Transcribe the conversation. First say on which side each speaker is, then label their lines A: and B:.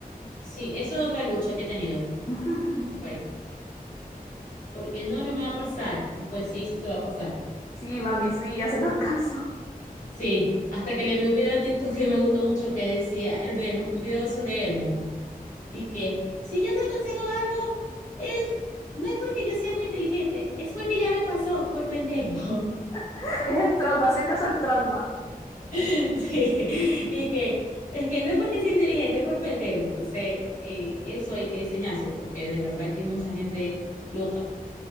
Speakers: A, on the left; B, on the left.
A: Sí, eso es otra lucha que he tenido
B: <laughs>
A: en este país. Porque no, no me va a pasar. Pues sí, sí te va a pasar.
B: Sí, mami, sí, hacenos caso.
A: Sí, hasta que le vi un video de TikTok que me gustó mucho que decía, el de, un video de esos de Elmo, y que si yo te aconsejo algo, es, no es porque yo sea muy inteligente, es porque ya me pasó por pendejo.
B: <laughs> Es el trauma, hacer caso al trauma.
A: <laughs> Sí, y que es que no es porque sea inteligente, es por pendejo. Entonces, eh, eso hay que enseñárselo, porque de verdad que hay mucha gente loca,